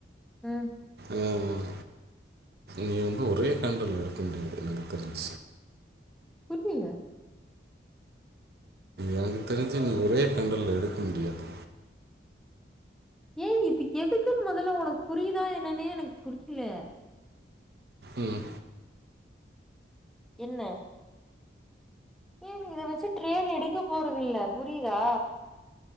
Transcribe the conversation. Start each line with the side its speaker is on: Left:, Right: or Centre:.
Centre: உம்
Right: உம் நீ வந்து ஒரே கேண்டுல்ல் எடுக்க முடியாது எனக்கு தெரிஞ்
Centre: புரியில
Right: எனக்கு தெரிஞ்சு நீ ஒரே கேண்டுல்ல எடுக்க முடியாது
Centre: ஏய் இதுக் எதுக்குன் மொதல்ல ஒனக் புரியுதா என்னன்னே எனக் புரிய்ல
Right: உம்
Centre: என்ன ஏ நீ இத வெச்சு ட்ரேட் எடுக்கப் போறதில்ல புரியிதா